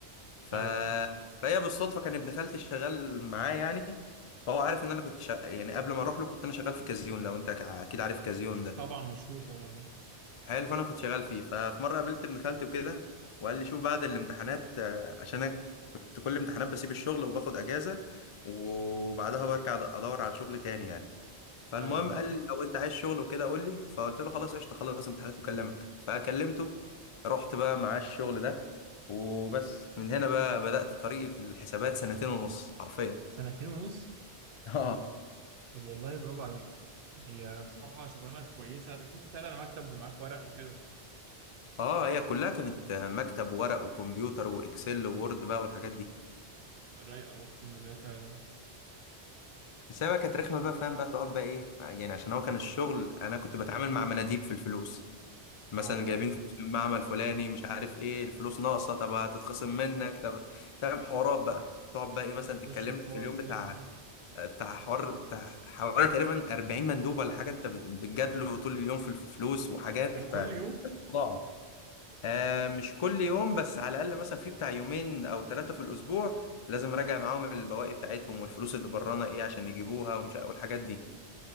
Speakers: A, on the left; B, on the right.
A: ف...
B: ايوه
A: فهي بالصدفه كان ابن خالتي شغال معاه يعني فهو عارف ان انا كنت شغ... يعني قبل ما اروح له كنت انا شغال في كازيون لو انت اكيد عارف كازيون ده
B: طبعا مشهور طبعا
A: حلو فانا كنت شغال فيه ففي مره قابلت ابن خالتي وكده وقال لي شوف بعد الامتحانات آه، عشان انا كنت كل امتحانات بسيب الشغل وباخد اجازه وبعدها برجع ادور على شغل تاني يعني فالمهم
B: ايوه
A: قال لي لو انت عايز شغل وكده قول لي فقلت له خلاص قشطه خلص امتحانات وكلمك فكلمته رحت بقى معاه الشغل ده وبس من هنا بقى بدأت طريقي في الحسابات سنتين ونص حرفيا
B: سنتين ونص
A: اه
B: طب والله برافو عليك هي بصراحة شغلانة كويسة أكيد كنت قاعد على مكتب ومعاك ورق وكده
A: اه هي كلها كانت مكتب وورق وكمبيوتر واكسل ووورد بقى والحاجات دي
B: رايقة أقسم بالله فعلا
A: بس هي بقى كانت رخمه بقى فاهم بقى تقعد بقى ايه يعني عشان هو كان الشغل انا كنت بتعامل مع مناديب في الفلوس مثلا
B: اه
A: جايبين فلوس من معمل فلاني مش عارف ايه الفلوس ناقصه طب هتتخصم منك طب فاهم حوارات بقى تقعد بقى ايه مثلا
B: ده تخش
A: تتكلم
B: في
A: لك
B: حوارات
A: في اليوم
B: فعلا
A: بتاع بتاع حوار بتاع حوالي تقريبا 40 مندوب ولا حاجه انت بتجادله طول اليوم في الفلوس وحاجات
B: ده
A: ف
B: كل يوم
A: ضاع آه مش كل يوم بس على الاقل مثلا في بتاع يومين او ثلاثه في الاسبوع لازم اراجع معاهم البواقي بتاعتهم والفلوس اللي برانا ايه عشان يجيبوها ومش والحاجات دي